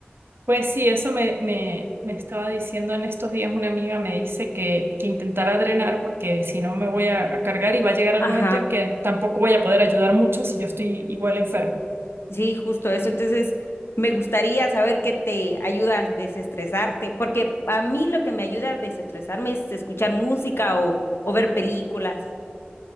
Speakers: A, on the right; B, on the left.
A: Pues sí, eso me, me, me estaba diciendo en estos días una amiga, me dice que, que intentara drenar porque si no me voy a, a cargar y va a llegar el
B: Ajá,
A: momento en que tampoco voy a poder ayudar mucho si yo estoy igual enferma.
B: sí, justo eso. Entonces, me gustaría saber qué te ayuda a desestresarte, porque a mí lo que me ayuda a desestresarme es escuchar música o, o ver películas.